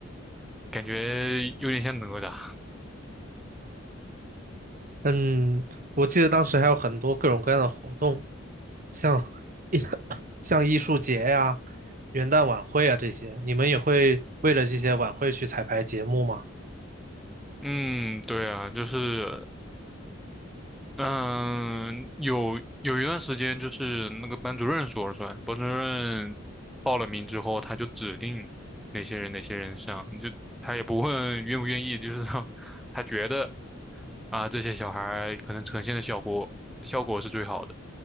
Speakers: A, in the centre; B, on the right.
A: 感觉有点像哪吒。
B: 嗯，我记得当时还有很多各种各样的活动，像 <laughs> 像艺术节呀、元旦晚会啊这些，你们也会为了这些晚会去彩排节目吗？
A: 嗯，对啊，就是嗯，有有一段时间就是那个班主任说了算，班主任报了名之后，他就指定哪些人哪些人上，就他也不问愿不愿意，就是说他觉得啊这些小孩儿可能呈现的效果效果是最好的，